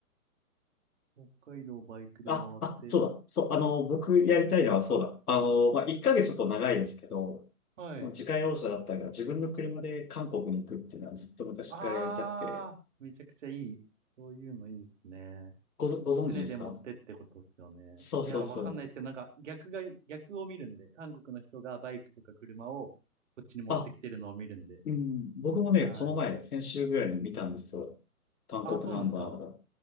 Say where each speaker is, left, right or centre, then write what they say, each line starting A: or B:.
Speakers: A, on the right; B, on the left.
A: 北海道バイクで回って、
B: あ、あ、あ、そうだ。そう、あの、僕やりたいのはそうだ。あの、まあ、1ヶ月ちょっと長いですけど、
A: はい。
B: もう自家用車だったり、自分の車で韓国に行くっていうのはずっと昔からやりたくて、
A: ああ、めちゃくちゃいい。そういうのいいですね。
B: ごぞ、ご存知ですか
A: 船で持ってってことっすよね。
B: そうそうそう。
A: いやー、わかんないですけど、なんか逆が、逆を見るんで、韓国の人がバイクとか車をこっちに持ってきてるのを見るんで。
B: あ、うん、僕もね、
A: はい。
B: この前、先週ぐらいに見たんですよ。韓国ナンバーが。
A: ああ、そうなんですか。